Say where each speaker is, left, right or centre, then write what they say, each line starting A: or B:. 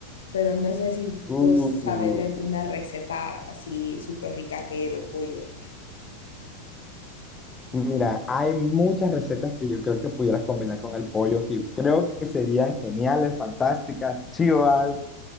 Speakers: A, on the left; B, on the left.
A: pero no sé si
B: uh,
A: vos sabes de alguna receta así súper rica que lleve pollo.
B: Mira, hay muchas recetas que yo creo que pudieras combinar con el pollo, que creo que serían geniales, fantásticas, chivas.